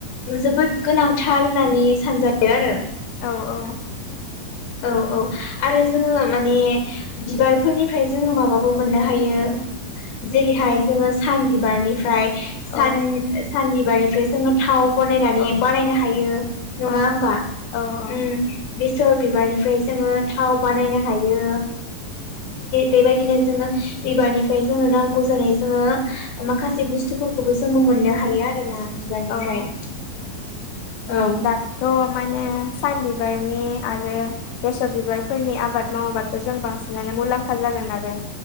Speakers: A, on the left (about 80°); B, on the left (about 70°).
A: जोबोद गोनांथार होननानै सानजायो आरो
B: औ औ
A: औ औ आरो जोङो माने बिबारफोरनिफ्राय जोङो माबाबो मोननो हायो जेरैहाय जोङो सान बिबारनिफ्राय सान
B: औ
A: बिबारनिफ्राय जोङो थाव बनायनानै
B: औ
A: बानायनो हायो नङा
B: औ
A: होनबा
B: औ
A: ओम बेसर बिबारनिफ्राय जोङो थाव बानायनो हायो। बेबायदिनो जोङो बिबारनिफ्राय जोंनो नांगौ जानाय जोङो माखासे बुस्थुफोरखौबो जोंङो मोननो हायो आरोना बिबारनिफ्राय।
B: औ औ
A: औ
B: दाथ' माने सान बिबारनि आरो बेसर बिबारफोरनि आबाद मावोबाथ' जों बांसिनानो मुलाम्फा जा जागोन आरो